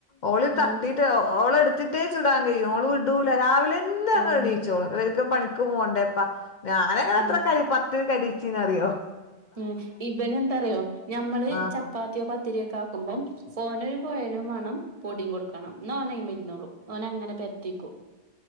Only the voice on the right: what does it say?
ഉം
ഉം
ഉം
ഉം, ഇവന എന്താറയോ? ഞമ്മള്
ചപ്പാത്തിയോ പത്തിരിയൊക്കെ ആക്കുമ്പോം.. ഓനൊരു കോയലും വേണം പൊടിയും കൊടുക്കണം എന്ന ഓനയി മരുന്നോളൂ ഓന അങ്ങനെ പരത്തിക്കും